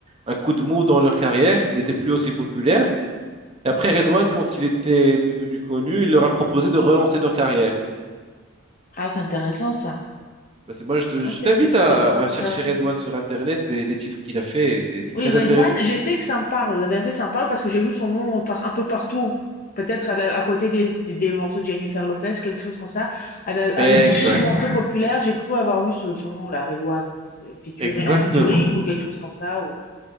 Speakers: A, on the right; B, on the left.
A: un coup de mou dans leur carrière, ils n'étaient plus aussi populaires. Et après, Redouane, quand il était devenu connu, il leur a proposé de relancer leur carrière.
B: Ah, c'est intéressant ça.
A: Bah, c'est, moi, je, je
B: Ok,
A: t'invite
B: c'est un
A: à,
B: des producteurs.
A: à chercher Redouane sur Internet et les titres qu'il a fait, c'est, c'est
B: Oui,
A: très
B: Redouane,
A: intéressant.
B: je sais que ça me parle. La vérité, ça me parle parce que j'ai vu son nom par- un peu partout. Peut-être avec- à côté des, des- des morceaux de Jennifer Lopez, quelque chose comme ça. Avec, avec
A: Exact.
B: beaucoup de morceaux populaires, j'ai cru avoir vu ce, son nom là, Redouane. C'est featuré-
A: Exactement.
B: en featuring ou quelque chose comme ça. Ou,